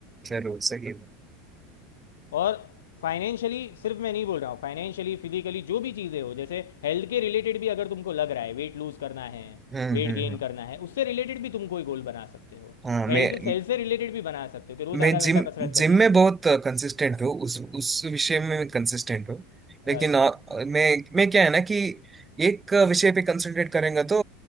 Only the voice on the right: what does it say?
जरूर सही है।
हम्म
हम्म
हम्म।
हाँ मैं
मैं
जिम
जिम
में बहुत कंसिस्टेंट हूँ उस उस विषय में मैं कंसिस्टेंट हूँ लेकिन
आ, मैं मैं क्या है ना कि एक विषय पे कंसंट्रेट करेंगे तो